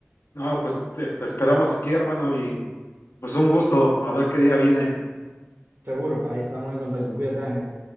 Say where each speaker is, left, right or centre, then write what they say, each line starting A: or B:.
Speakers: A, on the left (about 75°); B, on the right (about 55°).
A: No, pues este esperamos aquí, hermano, y pues un gusto, a ver qué día viene.
B: Seguro, ahí estamos en contacto. Cuídate, Ángel.